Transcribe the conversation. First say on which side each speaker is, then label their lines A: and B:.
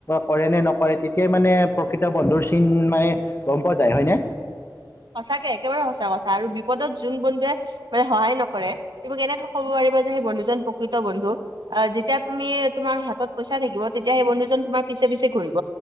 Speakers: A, on the left; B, on the right.
A: কৰে নে নকৰে তেতিয়াই মানে প্ৰকৃত বন্ধুৰ চিন মানে গম পোৱা যায় হয়নে?
B: সঁচাকে, একেবাৰে সঁচা কথা আৰু বিপদত যোন বন্ধুৱে মানে সহায় নকৰে, তুমি কেনেকে ক'ব পাৰিব যে সেই বন্ধুজন প্ৰকৃত বন্ধু, আহ যেতিয়া তুমি তোমাৰ হাতত পইচা থাকিব তেতিয়া সেই বন্ধুজন তোমাৰ পিছে পিছে ঘূৰিব।